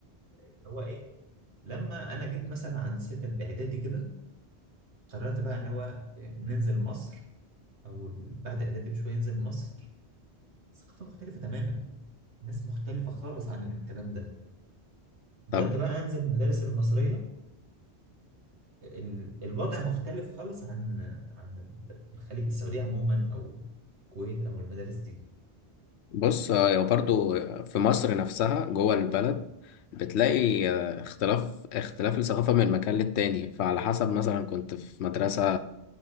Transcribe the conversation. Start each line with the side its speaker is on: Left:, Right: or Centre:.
Right: اللي هو ايه لما انا جيت مثلا عند سن الاعدادي كده قررت بقى ان هو آه، ننزل مصر او بعد الاعدادي بشويه ننزل مصر ثقافه مختلفه تماما ناس مختلفه خالص عن الكلام ده بدأت
Left: طب
Right: بقى أنزل المدارس المصرية ال- الوضع مختلف خالص عن عن الخليج السعودية عموما أو الكويت أو المدارس دي
Left: بص آه، برضو في مصر نفسها جوه البلد بتلاقي آه، اختلاف اختلاف الثقافة من مكان للتاني فعلى حسب مثلا كنت في مدرسة